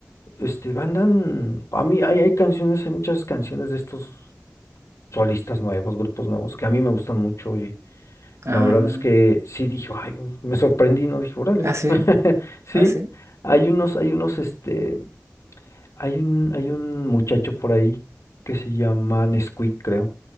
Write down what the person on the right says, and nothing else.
Ah,
ah, sí,
ah, sí,